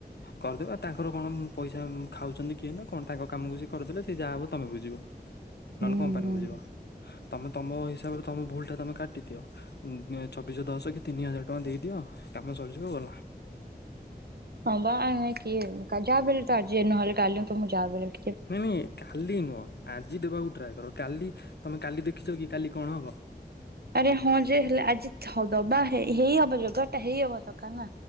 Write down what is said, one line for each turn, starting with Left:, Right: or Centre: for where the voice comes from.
Left: କରିଦେବା। ତାଙ୍କର କଣ ପଇସା ଖାଉଛନ୍ତି କିଏ ନା କଣ ତାଙ୍କ କାମକୁ ସେ କରିଦେଲେ ସେ ଯାହା ହବ ତମେ ବୁଝିବ। ନ
Right: ହୁଁ
Left: ହେଲେ କମ୍ପାନୀ
Right: ହୁଁ।
Left: ବୁଝିବ। ତମେ ତମ ହିସାବରେ ତମ ଭୁଲ ଟା ତମେ କାଟିଦିଅ ଚବିଶ ଦଶ କି ତିନି ହଜାର ଟଙ୍କା ଦେଇଦିଅ। କାମ ସରିଯିବ ଗଲା।
Right: ହଁ ବା ଇ କିଏ ଯା ବେ ତ ଆଜି ନହେଲେ କାଲି ତ ମୁଁ ଯାହା ବେଳେ
Left: ନାଇଁ ନାଇଁ କାଲି ନୁହଁ ଆଜି ଦେବାକୁ ଟ୍ରାଏ କର କାଲି ତମେ କାଲି ଦେଖିଛ କି କାଲି କଣ ହବ?
Right: ଆରେ ହଁ ଯେ ହେଲେ ଆଜି ଥ ଦବା। ହେଇ ହବ ଯୋଜଗାର ଟା ହେଇ ହବ ଦରକାର ନା